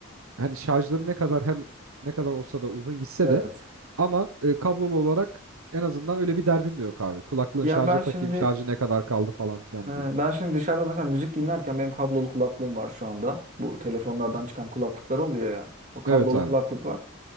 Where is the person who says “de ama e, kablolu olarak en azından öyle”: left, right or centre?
Right